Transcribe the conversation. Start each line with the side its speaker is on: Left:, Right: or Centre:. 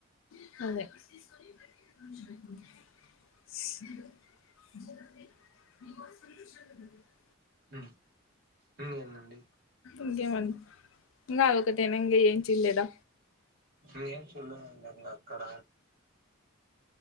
Left: అదే స్ జ మి వాయిస్ వినిపించడం లేదు
Right: ఉ ఇంకేందండి
Left: ఇంకేమ అండి ఇంగ అదొకటేనా ఇంగ ఏం చుల్లేదా
Right: నేన్ ఎం చూళ్లేదు అండి ఇంగ అక్కడ